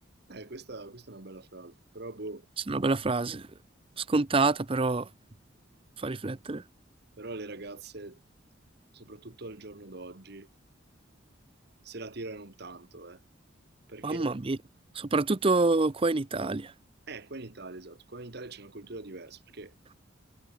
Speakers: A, on the right (about 55°); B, on the right (about 30°).
A: Eh, questa, questa è una bella frase. Però, boh,
B: Questa è una bella frase, scontata però fa riflettere.
A: però le ragazze, soprattutto al giorno d'oggi, se la tirano tanto, eh. Perché?
B: Mamma mia, soprattutto qua in Italia.
A: Eh, qua in Italia, esatto, qua in Italia c'è una cultura diversa, perché